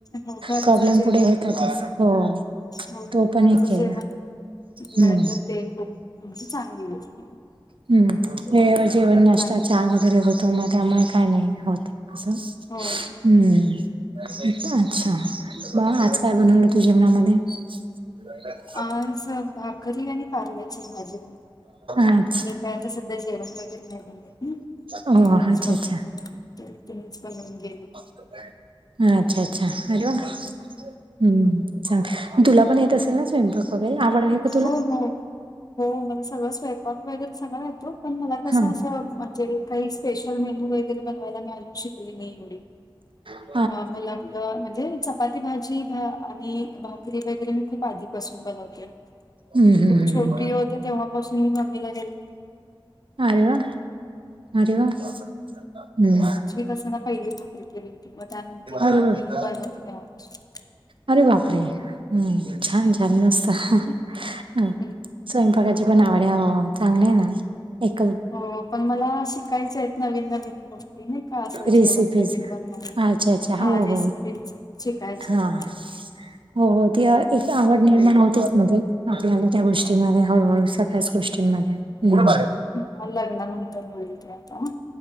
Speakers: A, on the left; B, on the right.
A: हो घरचं
B: प्रॉब्लेम
A: जेवण
B: पुढेेतात हो
A: हो
B: तो
A: घरचं
B: पण एक आहे
A: जेवण
B: हम्म
A: मॅटर ते खूप चांगली गोष्ट. आहे.
B: हम्म हे जेवणनाष्टता
A: बाकी
B: चहा वगैरे होतो मग त्यामुळे. काय नाही होते असं.
A: हो
B: हम्म अच्छा ब आज काय बनवलं तू जेवणामध्ये. अच्छा <inaudible>
A: आज भाकरी आणि तारुड्याची भाजी.
B: अच्छा
A: कायता सध्या जेवण वगैरे नाही बनवते
B: ओह!
A: कमीच
B: अच्छा,
A: बनवते.
B: अच्छा.
A: त्यांनीच बनवून गेल्यात.
B: हा अच्छा अच्छा अरे वा. हम्म चांग तुला पण येत असेल ना स्वयंपाक वगैरे आवड आहे. का तुला?
A: हो हो हो, मला सगळं स्वयंपाक. त्याच्यात सगळ येतो पण मला कस
B: हां.
A: अस म्हणजे काही स्पेश. मला मेनू वगैर बनवायला म आजून शिकली नाही एवढी.
B: हो <inaudible>
A: मला आपलं म्हणजे चपाती भाजी भा आणि भाकरी वगैरे मी खूप आधी. पासून बनवते म्हणजे
B: हं, हं,
A: खूप
B: हं,
A: छोटी
B: हं.
A: होते तेव्हापासून मम्मीला.
B: अरे वाह! अरे वाह! हं.
A: <unintelligible> तस ना पहिली भाकरी केली होती मग त्यानंतर
B: अरे
A: मग
B: वाह!
A: मी बनवते तेव्हा पासून.
B: अरे बापरे हम्म छान छान
A: हं,
B: मस्त. ह
A: हं.
B: स्वयंपाकाची पण आवडे चांगली आहे ना. एक
A: हो पण मला शिकायच आहेत नवीन नवीन गोष्टी. ते नाही का असं
B: रेसिपीज.
A: जेवण वगैरे बनवायला,
B: अच्छा, अच्छा.
A: हा
B: हो,
A: रेसिपीच
B: हो.
A: शिकायच्यात
B: हां.
A: मला.
B: <unintelligible> हो हो, ती एक आवड निर्माण होतेच मध्ये, आपल्याला त्या गोष्टीमध्ये हळूहळू सगळ्याच गोष्टींमध्ये. हम्म.
A: मला लग्नानंतर मिळते आता.